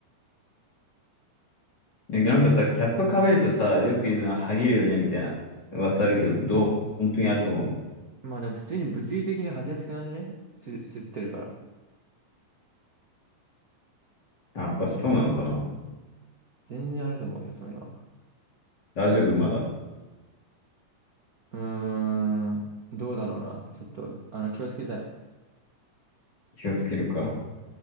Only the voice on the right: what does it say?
まあでも普通に物理的に剥ぎやすくなるんじゃねす、吸ってるから。
全然あると思うよ、そういうのは。
うーん、どうだろうな。ちょっと、あの、気をつけたい。